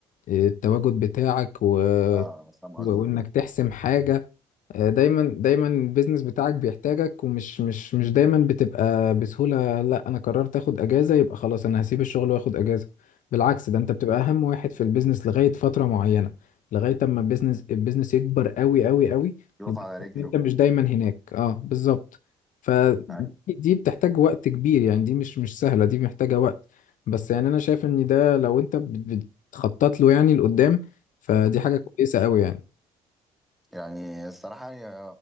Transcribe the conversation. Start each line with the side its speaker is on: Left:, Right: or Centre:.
Left: التواجد بتاعك و...
Centre: اه فاهم
Left: و-
Centre: قصدك
Left: وانك تحسم حاجة آه، دايما دايما البيزنس بتاعك بيحتاجك ومش مش مش دايما بتبقى بسهولة لا انا قررت اخد اجازة يبقى خلاص انا هسيب الشغل واخد اجازة بالعكس ده انت بتبقى اهم واحد في البيزنس لغاية فترة معينة لغاية اما البيزنس البيزنس يكبر قوي قوي قوي
Centre: يقف
Left: لدرجة
Centre: على رجله
Left: إن انت مش دايما هناك اه بالظبط فدي
Centre: ايوه
Left: بتحتاج وقت كبير يعني دي مش مش سهلة دي محتاجة وقت بس يعني انا شايف ان ده لو انت بت- بتخطط له يعني لقدام فدي حاجة كويسة قوي يعني
Centre: يعني الصراحة يعني